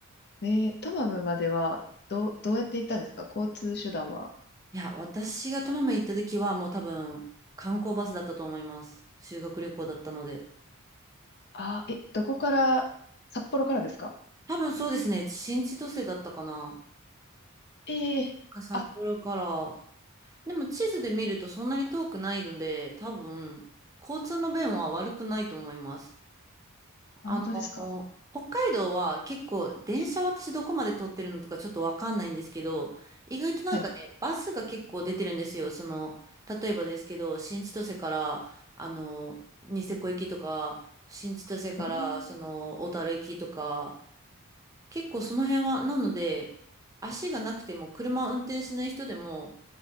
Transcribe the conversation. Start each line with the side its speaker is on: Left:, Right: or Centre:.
Left: えー、トマムまではどう、どうやって行ったんですか交通手段は。
Right: いや、私がトマム行った時はもう多分、観光バスだったと思います。修学旅行だったので。
Left: あー、え、どこから、札幌からですか
Right: 多分そうですね。新千歳だったかな。
Left: ええー、
Right: か札幌から。
Left: あ、
Right: でも地図で見るとそんなに遠くないので、多分、交通の便は悪くないと思います。
Left: 本当ですか
Right: あの、北海道は結構電車私どこまで通ってるのとかちょっとわかんないんですけど、意外となんかね、
Left: はい。
Right: バスが結構出てるんですよ。その、例えばですけど、新千歳から、あの、ニセコ行きとか、新千歳から、
Left: おー
Right: その、小樽行きとか、結構その辺は、なので、足がなくても車を運転しない人でも、